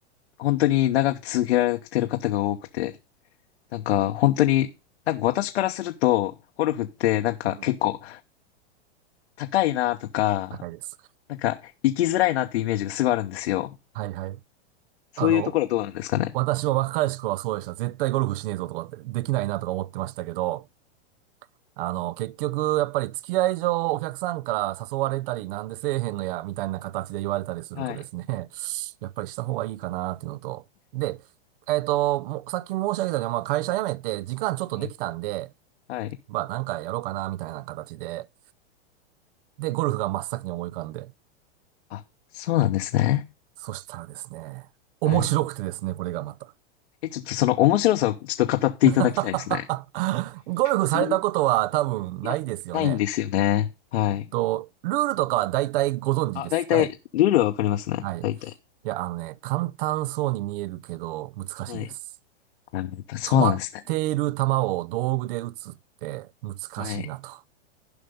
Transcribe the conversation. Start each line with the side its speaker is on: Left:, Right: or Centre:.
Left: 本当に長く続けられてる方が多くて、なんか、本当に、なんか私からすると、ゴルフって、なんか結構、
Right: うん。
Left: 高いなとか、
Right: 高いです。
Left: なんか、行きづらいなっていうイメージがすごいあるんですよ。
Right: はいはい。
Left: そういうところはどうなんですかね。
Right: あの、私は若い頃はそうでした。絶対ゴルフしねえぞとかって、できないなとか思ってましたけど、あの、結局、やっぱり付き合い上、お客さんから誘われたり、なんでせえへんのや、みたいな形で言われたりするとですね、
Left: はい。
Right: <laughs> やっぱりした方がいいかな、っていうのと。で、えっと、もうさっき申し上げたように、まあ、会社辞めて、時間ちょっとできたんで、
Left: はい。はい。
Right: まあ、なんかやろうかな、みたいな形で、で、ゴルフが真っ先に思い浮かんで、
Left: あ、そうなんですね。
Right: そしたらですね、面白くてですね、
Left: はい。
Right: これがまた。
Left: え、ちょっとその面白さをちょっと語っていただきたいですね。
Right: <laughs> ゴルフされたことは多分ないですよね。
Left: どういいや、ないんですよね。はい。
Right: えっと、ルールとかは大体ご存知ですかね
Left: あ、大体、ルールはわかりますね。
Right: はい。
Left: 大体。
Right: いや、あのね、簡単そうに見えるけど、難しいです。
Left: はい。あ、やっぱそうなんですね。
Right: 止まっている球を道具で打つって難しいなと。
Left: はい。